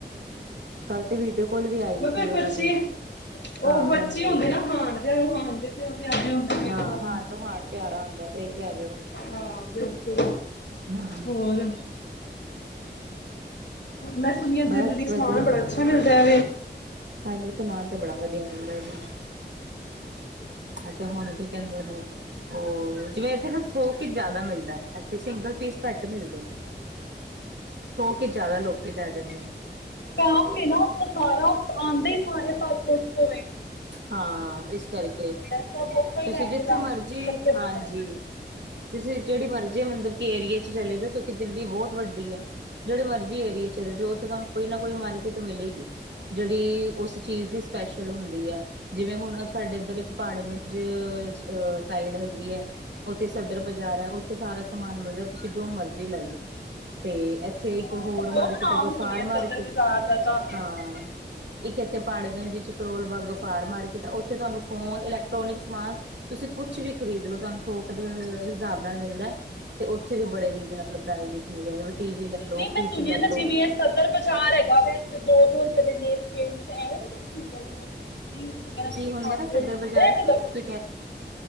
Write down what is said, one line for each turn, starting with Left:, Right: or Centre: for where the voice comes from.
Right: ਕੱਲ ਤੇ ਵੀਡੀਓ ਕੋਲ ਵੀ ਆਈ
Left: ਮੈਂ
Right: ਸੀ
Left: ਫਿਰ
Right: ਉਹਨਾਂ
Left: ਬੱਚੇ
Right: ਦੀ
Left: ਉਹ
Right: ਹਾਂ
Left: ਬੱਚੇ
Right: ਹਾਂਜੀ
Left: ਹੁੰਦੇ ਨਾ ਹਾਣ ਦੇ ਹਾਣ। ਪਿਆ ਪਿਆਰੇ ਹੁੰਦੇ ਦੇਖੋ
Right: ਹਾਂ ਹਾ ਣ ਨੂੰ ਹਾਣ ਪਿਆਰਾ ਹੁੰਦਾ ਸਹੀ ਕਹਿ ਰਹੇ ਹੋ।
Left: ਹਾਂ ਬਿਲਕੁਲ
Right: ਹਾਂ
Left: ਹੋਰ। ਮੈਂ ਸੁਣੀਆਂ ਦਿੱਲੀ
Right: ਬਸ
Left: ਸਮਾਨ
Right: ਵਧੀਆ
Left: ਬੜਾ ਅੱਛਾ ਮਿਲਦਾ।
Right: ਹਾਂਜੀ ਸਮਾਨ ਤੇ ਬੜਾ ਵਧੀਆ ਮਿਲਦਾ ਜੀ। ਅੱ ਤੇ ਹੁਣ ਕੀ ਕਹਿੰਦੇ ਨੇ ਉਹ ਜਿਵੇਂ ਇੱਥੇ ਨਾ ਥੋਕ ਜਿਆਦਾ ਮਿਲਦਾ ਇਥੇ ਸਿੰਗਲ ਪੀਸ ਘੱਟ ਮਿਲਦੇ ਨੇ। ਥੋ ਕੇ ਜਿਆਦਾ ਲੋਕੀ ਲੈ ਦਿੰਦੇ।
Left: ਕਮ ਨੇ ਨਾ ਉ। ਸਾਰਾ ਆਉਂਦੇ ਸਾਰੇ ਭਰ ਹੋਵੇ।
Right: ਹਾਂ ਇਸ ਕਰਕੇ
Left: ਸਭ ਉੱਥੋਂ ਹੀ
Right: ਤੁਸੀਂ
Left: ਲੈ
Right: ਜਿੱਥੇ
Left: ਕੇ ਜਾਂਦੇ
Right: ਮਰਜੀ
Left: ਨੇ ਇਕੱਠੇ ਬੰਡਲ
Right: ਹਾਂਜੀ। ਤੁਸੀਂ ਜਿਹੜੀ ਮਰਜ਼ੀ ਮਤਲਬ ਕਿ ਏਰੀਏ ਚ ਚਲੇ ਜਾਓ ਕਿਉਂਕਿ ਦਿੱਲੀ ਬਹੁਤ ਵੱਡੀ ਹੈ। ਜਿਹੜੇ ਮਰਜੀ ਏਰੀਏ ਚੇ ਉੱਥੇ ਤਾਨੂੰ। ਕੋਈ ਨਾ ਕੋਈ ਮਾਰਕੀਟ ਮਿਲੇਗੀ ਜਿਹੜੀ ਉਸ ਚੀਜ਼ ਦੀ ਸਪੈਸ਼ਲ ਹੁੰਦੀ ਹੈ ਜਿਵੇਂ ਹੁਣ ਸਾਡੇ ਇੱਧਰ ਇੱਕ ਪਾੜਗੰਜ ਅ ਸਾਈਡ ਹੈਗੀ ਹੈ। ਉੱਥੇ ਸਦਰ ਬਾਜ਼ਾਰ ਹੈ ਉੱਥੇ ਸਾਰਾ ਸਮਾਨ ਮਿਲਦਾ ਤੁਸੀਂ ਜੋ ਮਰਜੀ ਲੈ ਲੋ। ਤੇ ਇੱਥੇ ਇੱਕ
Left: ਮੈਂ
Right: ਹੋਰ
Left: ਬਹੁਤ
Right: ਮਾਰਕੀਟ
Left: ਨਾਮ
Right: ਆ ਗਫਾਰ
Left: ਸੁਣਿਆ
Right: ਮਾਰਕੀਟ
Left: ਸਦਰ ਬਾਜ਼ਾਰ ਦਾ ਤਾਂ
Right: ਹਾਂ। ਇੱਕ ਇੱਥੇ ਪਾੜਗੰਜ ਚ ਕਰੋਲ ਬਾਗ ਫਾਰ ਮਾਰਕੀਟ ਆ ਉੱਥੇ ਤੁਹਾਨੂੰ ਫੋਨ ਇਲੈਕਟ੍ਰੋਨਿਕ ਸਮਾਨ। ਤੁਸੀਂ ਕੁਛ ਵੀ ਖਰੀਦ ਲੋ ਤੁਹਾਨੂੰ ਥੋਕ ਦੇ ਹਿਸਾਬ ਨਾਲ ਮਿਲਦਾ। ਤੇ ਉੱਥੇ ਵੀ ਬੜੇ ਰੀਜਨੇਲ ਪ੍ਰ ਈਜ ਮਿਲ ਟੀ ਵੀ। ਲੋ
Left: ਨਹੀਂ
Right: ਫਰਿਜ
Left: ਮੈਂ ਸੁਣਿਆ
Right: ਲੈ
Left: ਸੀ
Right: ਲੋ।
Left: ਜਿਵੇਂ ਸਦਰ ਬਾਜ਼ਾਰ ਹੈਗਾ ਵੇ ਦੋ ਦੋ ਰੁਪਏ ਦੇ ਨੇਲ ਪੇਟ ਐਵੇਂ ਵੀ ਕੁ ਕੁ ਮਿਲਦਾ ਜਿਵੇਂ ਰੀਲਸ ਵਗੈਰਾ
Right: ਕੀ
Left: ਦਿਖਾਉਦੇ
Right: ਹੁੰਦਾ ਸਦਰ
Left: ਨੇ
Right: ਬਾਜ਼ਾਰ
Left: ਉਦ
Right: ਚ
Left: ਮੇਰਾ
Right: ਤੁਸੀਂ
Left: ਕੁਛ